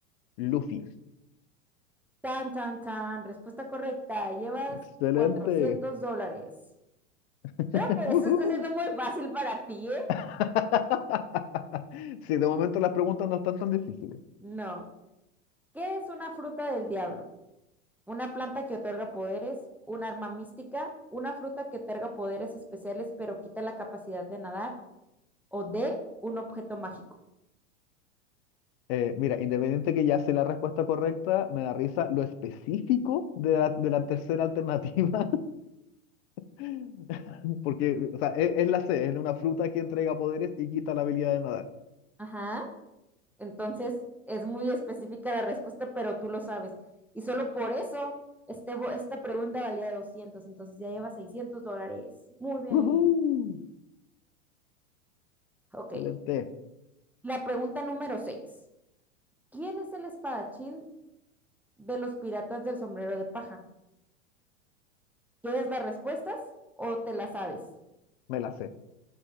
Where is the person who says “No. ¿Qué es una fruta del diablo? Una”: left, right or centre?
Centre